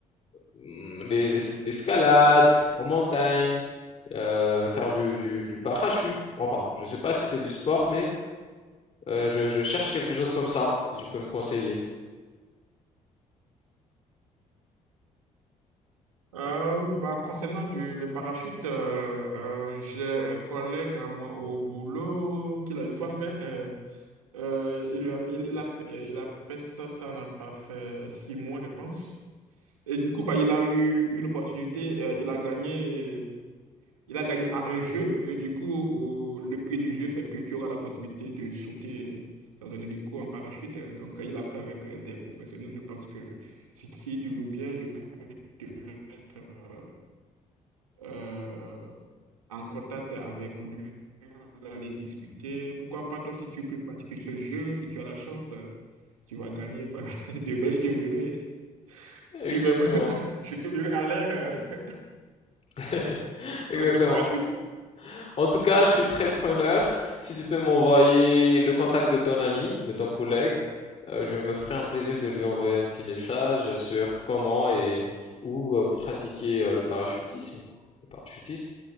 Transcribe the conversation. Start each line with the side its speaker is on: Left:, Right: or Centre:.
Left: mm, les es- l'escalade en montagne, euh, faire du, du, du parachute. Enfin, je sais pas si c'est du sport, mais euh, je, je cherche quelque chose comme ça, si tu peux me conseiller.
Right: Euh, oui, bah, concernant du, le parachute, euh, euh, j'ai un collègue à moi au boulot qui l'a une fois fait. euh, euh, il a, il, il a fait, euh, il a fait ça, ça n'a pas fait six mois, je pense. Et du coup, bah, il a eu une opportunité. euh, il a gagné, il a gagné à un jeu. Et du coup, au- le prix du jeu, c'est que tu auras la possibilité de sauter dans un hélico en parachute. Donc, euh, il a fait avec euh, des professionnels. Je pense que si, si tu veux bien, je peux te mettre. euh, euh, en contact avec lui, vous allez discuter. Pourquoi pas toi, si tu peux pratiquer ce jeu, si tu as la chance, euh, tu vas gagner. Bah, <laughs> demain, je te verrai <laughs> sur,
Left: Exactement.
Right: un- <laughs> je te verrai en l'air euh,
Left: <laughs>
Right: <laughs>
Left: Exactement.
Right: avec un parachute.
Left: En tout cas, je suis très preneur. Si tu peux m'envoyer le contact de ton ami, de ton collègue, euh, je me ferai un plaisir de lui envoyer un petit message sur comment et où euh, pratiquer euh, le parachutisme, le parachutiste.